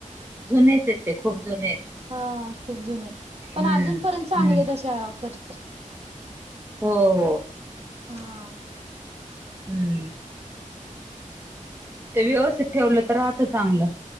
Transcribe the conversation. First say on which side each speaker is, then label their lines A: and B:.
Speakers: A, on the right; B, on the right.
A: जुनेच आहेत ते खूप जुने आहेत.
B: हा खूप जुने आहेत. पण
A: हम्म.
B: अजूनपर्यंत चांगले
A: हम्म
B: तशा करत्या
A: हो, हो.
B: हा.
A: हम्म. ते व्यवस्थित ठेवलं तर राहत चांगलं.